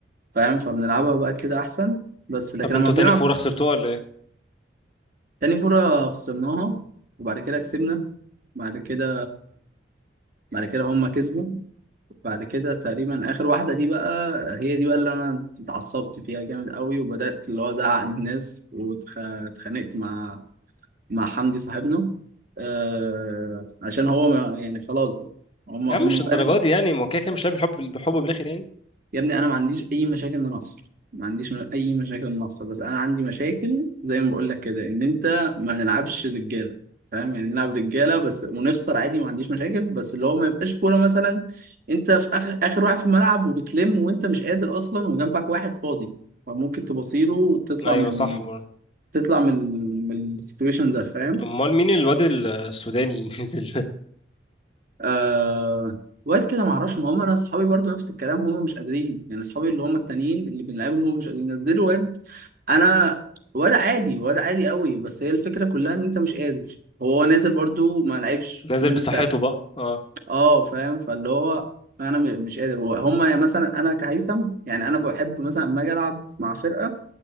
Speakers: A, on the right; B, on the left.
A: فاهم فبنلعبها بقى كده احسن بس لكن
B: طب انتوا
A: لما بنلعب
B: تاني فورة خسرتوها ولا ايه
A: تاني فوره خسرناها وبعد كده كسبنا بعد كده بعد كده هما كسبوا بعد كده تقريبا اخر واحده دي بقى هي دي بقى اللي انا اتعصبت فيها جامد قوي وبدات اللي هو ازعق للناس واتخانقت مع مع حمدي صاحبنا آه عشان هو ما يعني خلاص بقى هم
B: يا
A: هم
B: عم مش
A: فعلا
B: الدرجة دي يعني ما هو كده كده مش لاعب الحب بالحب بالاخر يعني
A: يا ابني انا ما عنديش اي مشاكل ان انا اخسر ما عنديش م- اي مشاكل ان أنا اخسر بس انا عندي مشاكل زي ما بقول لك كده ان انت ما نلعبش رجاله فاهم يعني نلعب رجاله بس ونخسر عادي ما عنديش مشاكل بس اللي هو ما يبقاش كوره مثلا انت في اخر اخر واحد في الملعب وبتلم وانت مش قادر اصلا وجنبك واحد فاضي فممكن تبصيله وتطلع
B: ايوه
A: من ال-
B: صح برضه
A: تطلع من ال- من السيتويشن ده فاهم
B: امال مين الواد السوداني اللي نزل
A: آه وقت كده معرفش ما هم انا اصحابي برضو نفس الكلام هم مش قادرين يعني اصحابي اللي هم التانيين اللي بنلعبهم هم مش قادرين نزلوا واد انا واد عادي واد عادي قوي بس هي الفكره كلها ان انت مش قادر هو نازل برضو ما لعبش
B: <laughs> نازل
A: نزل
B: بصحته
A: تق-
B: بقى اه
A: اه فاهم فاللي هو انا م- مش قادر هو- هم يعني مثلا انا كهيثم يعني انا بحب مثلا لما اجي العب مع فرقه